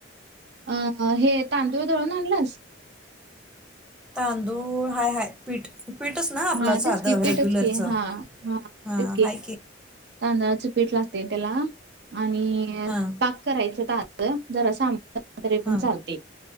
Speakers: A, on the right (about 60°); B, in the centre.
A: अ हे तांदूळ दळून आणलास.
B: तांदूळ हाय हाय पीठ. पीठच ना आपलं
A: हा
B: साधं
A: तेच की पीठच
B: रेग्युलरचं
A: की हा हा
B: हां
A: तेच की
B: हाय
A: तांदळाचं पीठ लाग. तय तेला. आणि
B: हां
A: ताक करायचं ताज. जरास आंब. तरी
B: हां
A: पण चालतय.